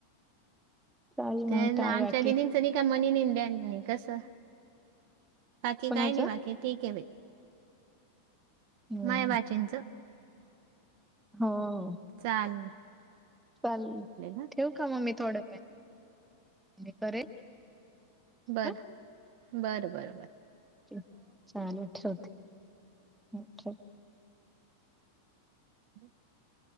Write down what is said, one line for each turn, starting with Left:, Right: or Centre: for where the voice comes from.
Centre: चालेल
Right: ते
Centre: मग
Right: न
Centre: काय
Right: आमच्या
Centre: बाकी
Right: दीदीच का मनी नाही, ध्यानी नाही कस बाकी
Centre: कोणाचं
Right: काय नाही बाकी ठीक आहे बाई
Centre: हम्म
Right: माय म्याचींच
Centre: हो..
Right: चालेल.
Centre: चालल म
Right: हा
Centre: ठेवु का मग मी थोड वेळानी करेल.
Right: बर,
Centre: हा
Right: बर, बर, बर.
Centre: चल चालेल ठेवते अ ठेव.
Right: बम <inaudible>